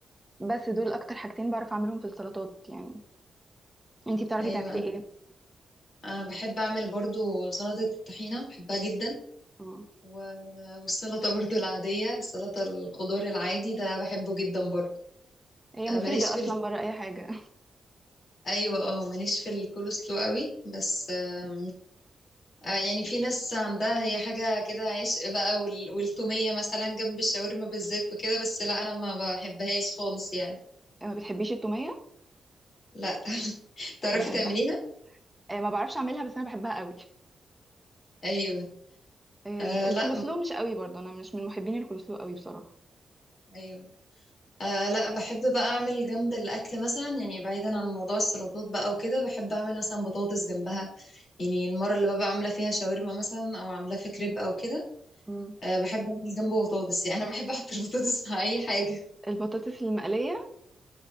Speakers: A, in the centre; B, on the left.
A: بس دول أكتر حاجتين بعرف أعملهم في السلطات يعني أنتي بتعرفي
B: ايوه
A: تعملي
B: انا
A: إيه؟
B: أنا بحب اعمل برضو سلطة الطحينة بحبها جدا
A: آه.
B: و- والسلطة برضو العادية سلطة الخضار العادي ده بحبه جدا برضو
A: هي
B: آه،
A: مفيدة
B: ماليش في
A: أصلا
B: ال...
A: بره أي حاجة
B: ايوه اه ماليش في الكولسلو قوي بس آه آه، يعني في ناس عندها هي حاجة كده عشق بقى وال- والتومية مثلا جنب الشاورما بالزيت وكده بس لا أنا ما بحبهاش خالص يعني
A: <laughs> ما بتحبيش التومية
B: لا <laughs> تعرفي
A: أنا بحبها
B: تعمليها؟
A: أه ما بعرفش أعملها بس أنا بحبها قوي
B: أيوه
A: أه
B: آه
A: الكولسلو
B: لا
A: مش قوي برضه أنا مش من محبين الكولسلو قوي بصراحة
B: أيوه آه لا بحب بقى أعمل جنب الأكل مثلا يعني بعيدا عن موضوع السلطات بقى وكده بحب أعمل مثلا بطاطس جنبها يعني المرة اللي ببقى عاملة فيها شاورما مثلا أو عاملاه في كريب أو كده
A: مم.
B: آه بحب أعمل جنبه بطاطس يعني أنا بحب أحط البطاطس مع أي حاجة
A: البطاطس المقلية